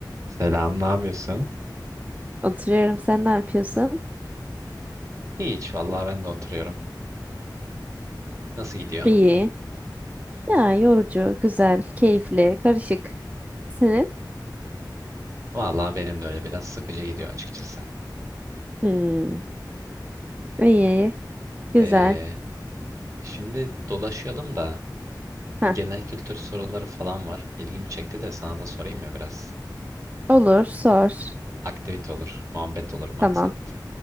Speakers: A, on the right; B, on the right.
A: Selam, ne yapıyorsun?
B: Oturuyorum. Sen ne yapıyorsun?
A: Hiç, vallahi ben de oturuyorum. Nasıl gidiyor?
B: İyi. Ya yorucu, güzel, keyifli, karışık. Senin?
A: Vallahi benim de öyle biraz sıkıcı gidiyor açıkçası.
B: Hmm. İyi, güzel.
A: Ee, şimdi dolaşıyordum da e,
B: Ha,
A: genel kültür soruları falan var. İlgimi çekti de sana da sorayım ya biraz.
B: olur, sor.
A: Aktivite olur, muhabbet olur,
B: Tamam.
A: maksat.